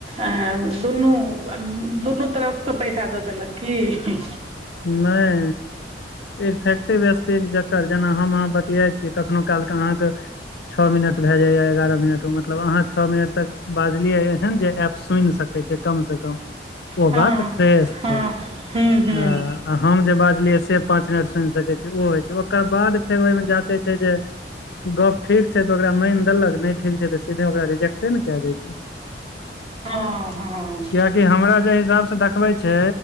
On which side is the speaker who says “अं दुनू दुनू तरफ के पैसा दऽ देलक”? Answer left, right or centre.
Right